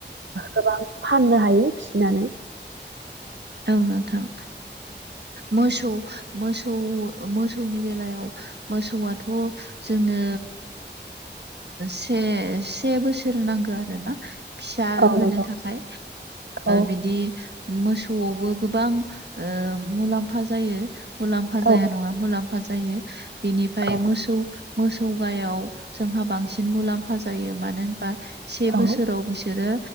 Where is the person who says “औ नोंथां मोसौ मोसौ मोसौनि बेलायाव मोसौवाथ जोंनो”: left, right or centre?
Right